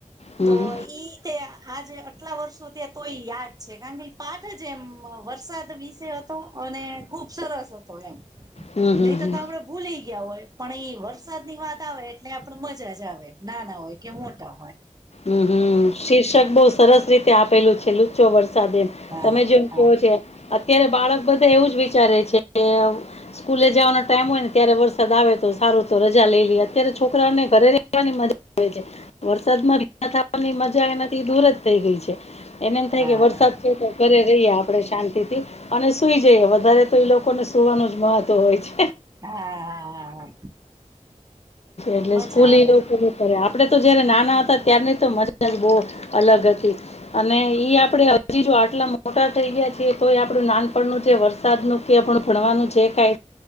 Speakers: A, on the left (about 55°); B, on the right (about 30°).
A: હમ
B: તો ઈ તે આજે અટલા વર્ષો થયા તોય યાદ છે કારણ કે ઈ પાઠ જ એમ વરસાદ વિશે અને ખુબ સરસ હતો એમ
A: હમ હમ
B: નહી તો
A: હમ
B: ભૂલી ગયા હોય પણ એ વરસાદની વાત આવે એટલે આપડે મજા જ આવે. નાના હોય કે મોટા હોય.
A: હ હ શીર્ષક બઉ સરસ રીતે આપેલું છે લુચ્ચો વરસાદ એમ
B: હા
A: તમે જેમ
B: હા
A: ક્યો છો એમ અત્યારે બાળક બધા એવું જ વિચારે છે કે સ્કૂલે જવાનો ટાઈમ હોય ને ત્યારે વરસાદ આવે તો સારૂ તો રજા લઈ લઈએ અત્યારે છોકરાઓને ઘરે ની મજા આવે વરસાદમાં ભીના થવાની મજા એનાથી દૂર જ થઈ ગઈ છે. એને એમ થાય
B: હા
A: કે વરસાદ છે તો ઘરે રહીએ આપડે શાંતિથી અને સુઈ જઈએ વધારે તો એ લોકોને સુવાનું જ મહત્વ હોય છે.
B: હા.
A: એટલે
B: મજા
A: સ્કૂલ
B: આવે
A: લોકો કરે આપડે તો જયારે નાના હતા ત્યાર ની તો મજા જ બઉ અલગ હતી. અને ઈ આપડે હજી જો આટલા મોટા થઈ ગયા છી તો એ આપડું નાનપણનું જે વરસાદનું કે આપણ ભણવાનું જે કાઈ